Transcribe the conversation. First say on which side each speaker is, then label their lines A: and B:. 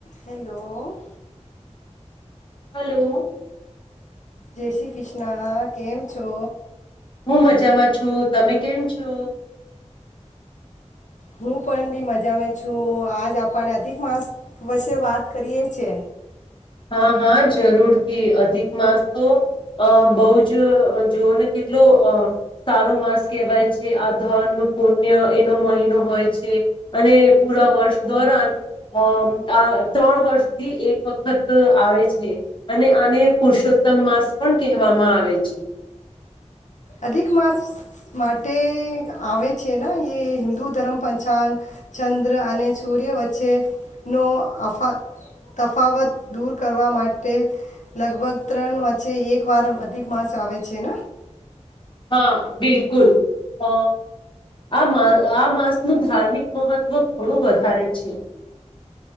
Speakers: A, on the left; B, on the left.
A: hello
B: hello
A: જય શ્રી કૃષ્ણ કેમ છો
B: હું મજામાં છું તમે કેમ છો
A: હું પણ બી મજામાં છું આજ આપને અધિક માસ વષે વાત કરીએ છે
B: હા હા જરૂરથી અધિક માસ તો અ બહુ જ જોઓ ને કેટલો અ સારો માસ કહેવાય છે આ ધર્મ પુણ્ય એનો મહિનો હોય છે અને પૂરા વર્ષ દોરન અ આ ત્રણ વર્ષથી એક વખત ફક્ત આવે છે અને આને પુરુષોત્તમ માસ પણ કહેવામાં આવે છે
A: અધિક માસ માટે આવે છે ને એ હિદુ ધર્મ પંચાંગ ચંદ્ર અને સૂર્ય વચ્ચેનો અફા તફાવત દૂર કરવા માટે લગભગ ત્રણ વચ્ચે એક વાર અધિક માસ આવે છે ન
B: હા બિલકુલ અ આ આ માસનું ધાર્મિક મહત્વ ઘણું વધારે છે